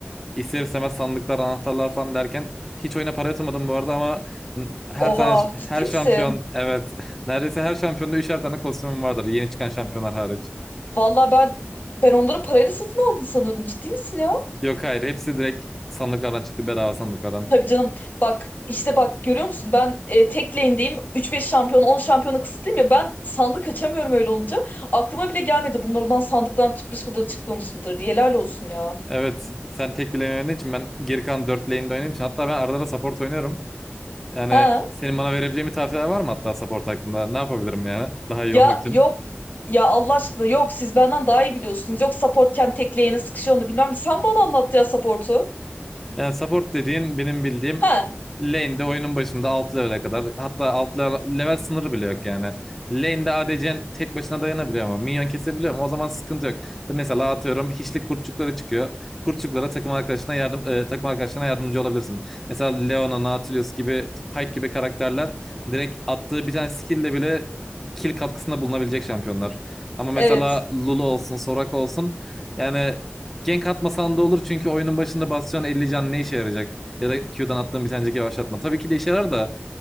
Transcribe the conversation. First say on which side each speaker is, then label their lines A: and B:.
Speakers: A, in the centre; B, on the left.
A: ister istemez sandıklar, anahtarlar falan derken hiç oyuna para yatırmadım bu arada ama her
B: Oha
A: tane
B: ciddi
A: her şampiyon
B: misin?
A: evet <laughs> neredeyse her şampiyonda üçer tane kostümüm vardır yeni çıkan şampiyonlar hariç.
B: Vallahi ben ben onları parayla satın aldın sanıyordum. Ciddi misin ya?
A: Yok hayır hepsi direkt sandıklardan çıktı bedava sandıklardan.
B: Tabii canım. Bak işte bak görüyor musun? Ben e, tek lane'deyim. 3-5 şampiyon 10 şampiyona kısıtlıyım ya. Ben sandık açamıyorum öyle olunca. Aklıma bile gelmedi bunlar ulan sandıktan çıkmış mıdır çıkmamış mıdır diye. Helal olsun ya.
A: Evet sen tek bile oynadığın için ben geri kalan 4 lane'de oynadığım için hatta ben arada da support oynuyorum. Yani
B: Ha
A: senin bana verebileceğin bir tavsiyeler var mı hatta support hakkında? Ne yapabilirim yani daha iyi
B: Ya
A: olmak için?
B: yok. Ya Allah aşkına yok siz benden daha iyi biliyorsunuz. Yok supportken tek lane'e sıkışıyor onu bilmem. Sen bana anlat ya support'u.
A: Yani support dediğin benim bildiğim
B: Ha
A: lane'de oyunun başında alt level'e kadar hatta alt level, level sınırı bile yok yani. Lane'de ADC'nin tek başına dayanabiliyor ama minyon kesebiliyor ama o zaman sıkıntı yok. Mesela atıyorum hiçlik kurtçukları çıkıyor. Kurtçuklara takım arkadaşına yardım e, takım arkadaşına yardımcı olabilirsin. Mesela Leona, Nautilus gibi Pyke gibi karakterler direkt attığı bir tane skill'le bile kill katkısında bulunabilecek şampiyonlar. Ama mesela
B: evet.
A: Lulu olsun, Soraka olsun yani Gank atmasan da olur çünkü oyunun başında basacağın 50 can ne işe yarayacak? Ya da Q'dan attığın bir tanecik yavaşlatma. Tabii ki de işe yarar da